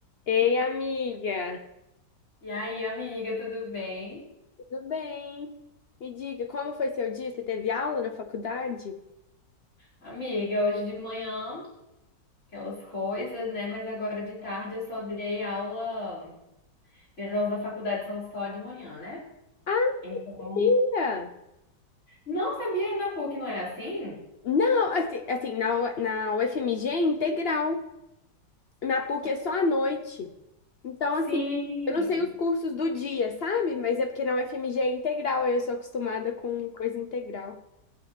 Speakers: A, on the left; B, on the left.
A: Ei, amiga,
B: E aí, amiga, tudo bem?
A: tudo bem? Me diga, como foi seu dia? Você teve aula na faculdade?
B: Amiga, hoje de manhã, aquelas coisas, né? Mas agora de tarde eu só dei aula. Minhas aulas da faculdade são só de manhã, né?
A: Ah,
B: Então,
A: amiga!
B: não sabia na PUC, não é assim?
A: Não, assim, assim, na, U- na UFMG é integral, na PUC é só à noite. Então, assim,
B: Sim!
A: eu não sei os cursos do dia, sabe? Mas é porque na UFMG é integral, aí eu sou acostumada com coisa integral.